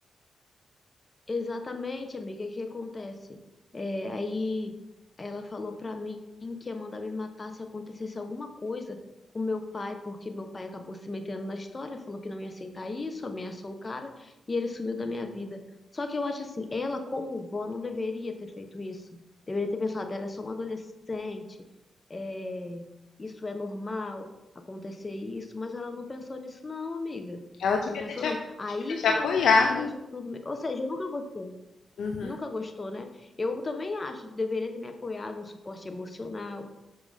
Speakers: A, on the left; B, on the left.
A: Exatamente, amiga, o que acontece? É, aí ela falou pra mim que ia mandar me matar se acontecesse alguma coisa com meu pai, porque meu pai acabou se metendo na história, falou que não ia aceitar isso, ameaçou o cara e ele sumiu da minha vida. Só que eu acho assim, ela como vó não deveria ter feito isso. Deveria ter pensado, ela é só uma adolescente, é, isso é normal acontecer isso, mas ela não pensou nisso não, amiga.
B: Ela devia
A: Não pensou,
B: ter te,
A: não.
B: a-
A: Aí
B: devia ter te
A: que
B: apoiado.
A: ela foi por cima de tudo. mesmo. Ou seja, eu nunca gostei.
B: Uhum.
A: Nunca gostou, né? Eu também acho que deveria ter me apoiado, um suporte emocional.